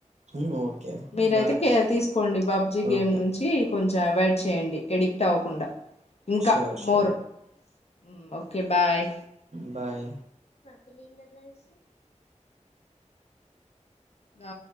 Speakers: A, on the right; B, on the left.
A: ఉమ్, ఓకే
B: మీరయితే
A: బాయ్
B: కె తీసుకోండి బబ్జీ గేమ్
A: ఓకే
B: నుంచి కొంచెం అవాయిడ్ చేయండి ఎడిక్ట్ అవ్కుండా ఇంకా
A: ష్యూర్ ష్యూర్
B: మోర్ మ్ okay bye
A: bye
B: fill in the blanks ఆ